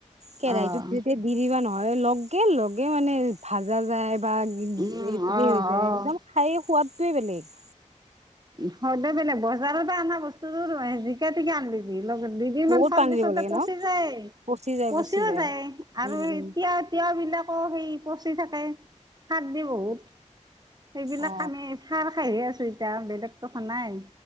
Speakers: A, on the right; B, on the right.
A: কেৰাহীটোত
B: অ'
A: যেতিয়া- বিৰিবা নহয় লগে লগে মানে ভাজা যায় বা হেৰি
B: উম, অ'
A: হৈ যায়
B: অ'
A: একদম খাই সোৱাদটোৱে বেলেগ,
B: সদ বেলেগ বজাৰত আনা বস্তু তোৰ জিকা টিকা আনিলি। দু লগে দুদিন
A: বহুত
B: মান থোৱাৰ
A: পানী
B: পিছতে
A: দিব লাগে ন
B: পচি যায়।
A: পচি যায়
B: পচিও
A: পচি
B: যায় আৰু
A: উম
B: এতিয়া।
A: উম
B: তিয় বিলাকো সেই পচি থাকে শাক দি বহুত সেইবিলাক
A: অ
B: আনে। খাৰ খাইহে আছো এতিয়া বেলেগতো খোৱা নাই